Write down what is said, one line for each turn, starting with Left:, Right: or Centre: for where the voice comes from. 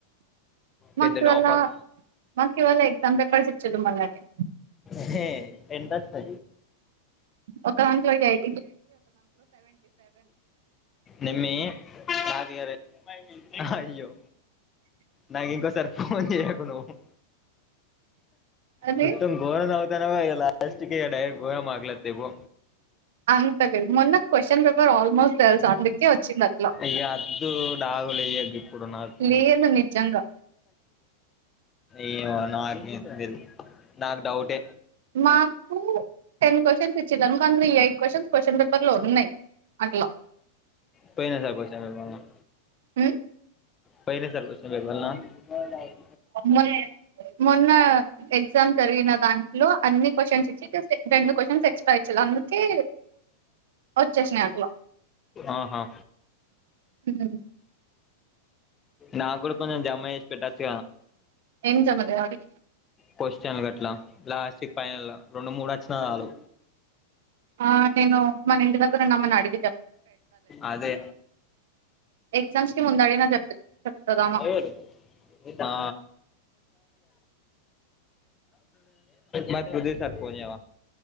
Right: మాకు
Left: పెద్ద
Right: ఇవాళ
Left: టాపర్
Right: మాకు ఇవాళ ఎగ్జామ్ పేపర్స్ ఇచ్చిళ్ళు మొన్నటి
Left: హే ఎంతత్త
Right: ఒకదాంట్లో యయ్
Left: నిమ్మి రాజుగారే అయ్యో నాక్ ఇంకోసర్ పో న్ చెయ్యకు నువ్వు
Right: అది
Left: మొత్తం గోరగా చదువు తనవ్గా ఎగ లాస్ట్ కి ఇగ డైర్ గోరంగా మార్కులు అత్తయి పో
Right: అంత లేదు మొన్న క్వశ్చన్ పేపర్ ఆల్మోస్ట్ తెలుసు అందుకే వచ్చింది అట్లా
Left: ఇగద్దు డాగులేయ్యకు గిప్పుడు నాకు
Right: లేదు నిజంగా
Left: ఏమో నాకైతే దెల్ నాకు డౌటే
Right: మాకు టెన్ కో టైప్ చి అ ఈ ఎయిట్ క్వశ్చన్స్ క్వశ్చన్ పేపర్ లో ఉన్నాయి అట్లా
Left: పోయినా <unintelligible>
Right: ఉ
Left: పోైనే సార్కుషం బవల్నా ఆ
Right: మొన్ మొన్న ఎగ్జామ్ జరిగిన దాంట్లో అన్ని క్వశ్చన్స్ ఇచ్చి జస్ట్ రెండు క్వశ్చన్స్ ఎక్స్ట్రా ఇచ్చిళ్ళు అందుకే వచ్చేసినాయి అట్లా
Left: ఆహా
Right: హ్మ్.
Left: నా కూడా కొంచెం జమ్మ చేసి పెట్టచ్చ
Right: ఏం జమ చేయాలి
Left: క్వశ్చన్ గట్లా లాస్ట్ పైన రెండు మూడు వచ్చిన చాలు
Right: ఆ నేను మన ఇంటి ద <unintelligible> అది
Left: అదే
Right: ఎగ్జామ్స్ కి ముందు అడిగినా చెప్ చెప్తదామా
Left: ఎరు ఆ మ పృద సార్ఫోని ఏవా